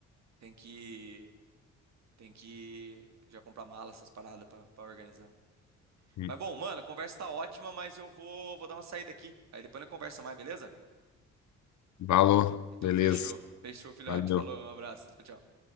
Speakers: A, on the right; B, on the left.
A: Tem que, tem que já comprar mala, essas paradas pra, pra organizar.
B: Hum.
A: Mas, bom, mano, a conversa tá ótima, mas eu vou, vou dar uma saída aqui. Aí depois a gente conversa mais, beleza?
B: Valor.
A: Então,
B: Beleza.
A: fechou. Fechou, filhote.
B: Valeu.
A: Falou, um abraço. Tchau, tchau.